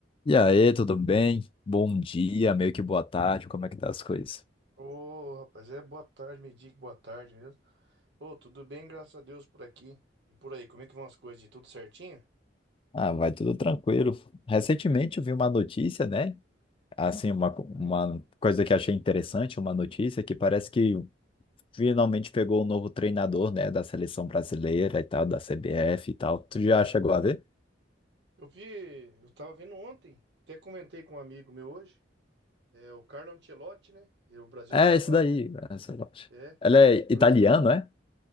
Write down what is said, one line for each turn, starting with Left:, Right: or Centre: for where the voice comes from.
Left: E aí, tudo bem? Bom dia, meio que boa tarde, como é que tá as coisas?
Right: Ô, rapaz, é boa tarde, me diga boa tarde mesmo. Ô, tudo bem, graças a Deus por aqui. E por aí, como é que vão as coisas? De tudo certinho?
Left: Ah, vai tudo tranquilo. Recentemente eu vi uma notícia, né? Assim, uma, co- uma
Right: Sim.
Left: coisa que achei interessante, uma notícia que parece que finalmente pegou o novo treinador, né? Da seleção brasileira e tal, da CBF e tal. Tu já chegou a ver?
Right: Eu vi, eu tava vendo ontem, até comentei com um amigo meu hoje, é o Carlo Ancelotti, né? E o Brasil
Left: É,
Right: tava,
Left: esse daí, essa loja.
Right: é,
Left: Ela é
Right: o
Left: italiano,
Right: Brasil,
Left: é?